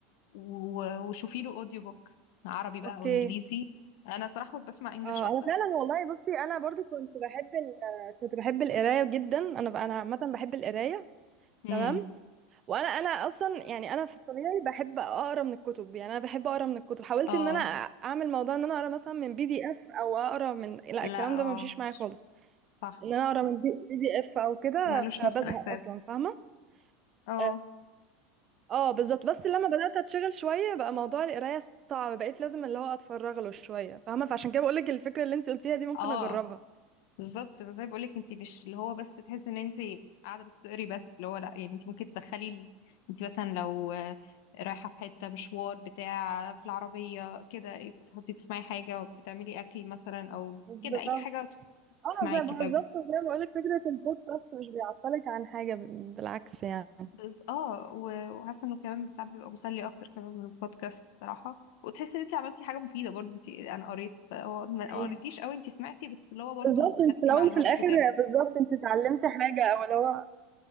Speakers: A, on the left; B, on the right.
A: و- وشوفي له اوديو بوك عربي بقى
B: أوكي
A: او انجليزي انا صراحة كنت بسمع انجليش
B: اه
A: اكتر
B: انا فعلا والله بصي انا برضو كنت بحب ال... كنت بحب القرايه جدا انا ب... انا عامه بحب القرايه
A: امم
B: تمام وانا انا اصلا يعني انا في الطبيعي بحب اقرا من الكتب يعني انا بحب اقرا من الكتب حاولت
A: اه
B: ان انا اعمل موضوع ان انا اقرا مثلا من بي دي اف او اقرا من لا
A: لا
B: الكلام ده
A: اه
B: ما مشيش معايا خالص
A: صح
B: ان انا اقرا من بي دي اف او كده
A: مالوش نفس
B: بزهق
A: الاحساس
B: اصلا فاهمه
A: اه
B: اه آه، بالظبط بس لما بدات اتشغل شويه بقى موضوع القرايه صعب بقيت لازم اللي هو اتفرغ له شويه فاهمه فعشان كده بقول لك الفكره اللي انت قلتيها دي ممكن
A: اه
B: اجربها
A: بالظبط زي ما بقولك انت مش اللي هو بس تحسي ان انت قاعده بس تقري بس اللي هو لا يعني انت ممكن تدخلي ال- انت مثلا لو آه، رايحه في حته مشوار بتاع في العربيه كده تحطي تسمعي حاجه بتعملي اكل مثلا او
B: بالظبط
A: كده اي حاجه
B: اه
A: تسمعي
B: زي
A: كده
B: بالظبط زي ما بقول لك فكره البودكاست مش بيعطلك عن حاجه بالعكس يعني
A: بس اه و- وحاسه انه كمان ساعات بيبقى مسلي اكتر كمان من البودكاست الصراحه وتحسي ان انت عملتي حاجه مفيده برضه انت انا قريت هو ما
B: أيوة.
A: قريتيش قوي انت سمعتي بس اللي هو برضه
B: بالضبط
A: خدتي
B: أنتِ في الأول
A: معلومات
B: وفي الآخر
A: الكتاب
B: بالضبط أنتِ اتعلمتِ حاجة أو اللي هو